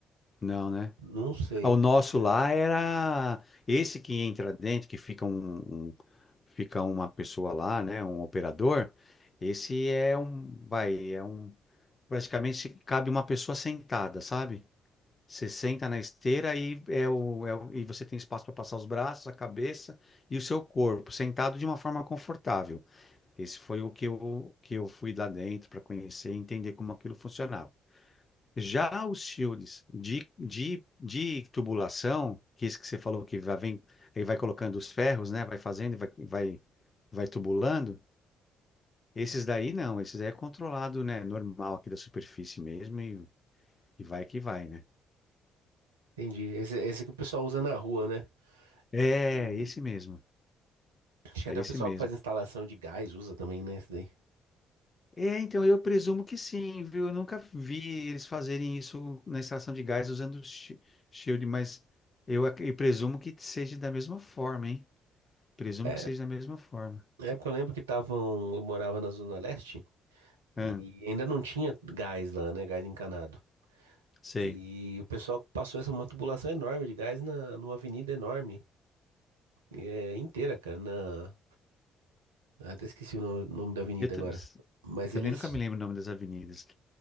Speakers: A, on the left; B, on the right.
A: Não, né?
B: Não sei.
A: Ah, O nosso
B: Eu até-
A: lá era esse que entra dentro, que fica um, um- fica uma pessoa lá, né, um operador. Esse é um, vai, é um, praticamente cabe uma pessoa sentada, sabe? Você senta na esteira e é o, é o- e você tem espaço para passar os braços, a cabeça e o seu corpo, sentado de uma forma confortável. Esse foi o que eu, que eu fui lá dentro para conhecer e entender como aquilo funcionava. Já os shields de, de, de tubulação, que esse que você falou que vai, vem, ele vai colocando os ferros, né? Vai fazendo e vai, vai, vai tubulando. Esses daí não, esses daí é controlado, né? Normal aqui da superfície mesmo e, e vai que vai, né?
B: Entendi. Esse, esse que o pessoal usa na rua, né?
A: É,
B: Hum,
A: esse mesmo,
B: Acho que
A: é
B: até
A: esse
B: o pessoal
A: mesmo.
B: que faz instalação de gás usa também, né? Esse daí.
A: É, então eu presumo que sim, viu? Eu nunca vi eles fazerem isso na extração de gás usando shi- shield, mas eu, ac- eu presumo que seja da mesma forma, hein? Presumo
B: É,
A: que seja da mesma forma.
B: na época eu lembro que estavam. Eu morava na Zona Leste e
A: Ahn.
B: ainda não tinha gás lá, né? Gás encanado.
A: Sei.
B: E o pessoal passou essa uma tubulação enorme de gás na, numa avenida enorme, é, inteira, cara. Na, eu até esqueci o no- nome, da avenida
A: Eu, tam-
B: agora. Mas
A: eu também
B: eles,
A: nunca me lembro o nome das avenidas.